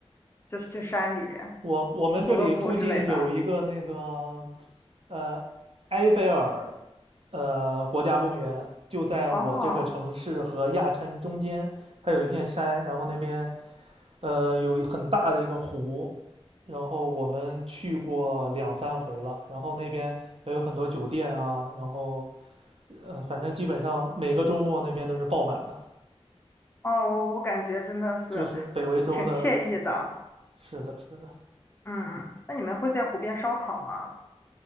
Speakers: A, on the left (about 25°); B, on the right (about 65°).
A: 就是去山里
B: 我我们这里附近有一个那个
A: 徒个步之类的。
B: 呃埃菲尔呃国家公园，就在我这个城市和亚琛中间，
A: 哦
B: 它有一片山，然后那边呃有很大的一个湖，然后我们去过两三回了，然后那边也有很多酒店啊，然后呃反正基本上每个周末那边都是爆满的，
A: 哦，我我感觉真的是
B: 就是北维州的，
A: 挺惬意的。
B: 是的，是的。
A: 嗯，嗯，那你们会在湖边烧烤吗？